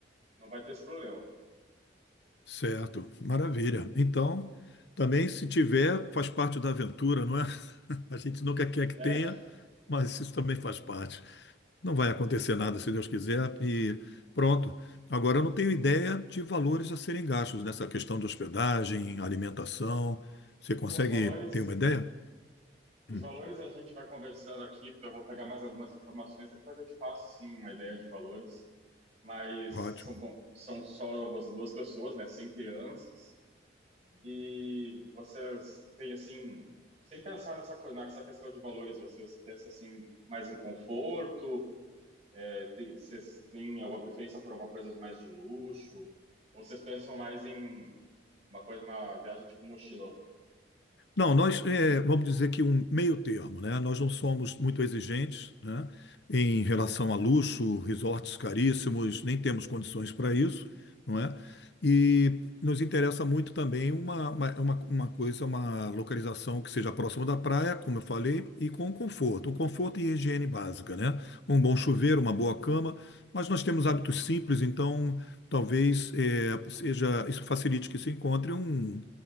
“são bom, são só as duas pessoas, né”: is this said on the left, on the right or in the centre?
Right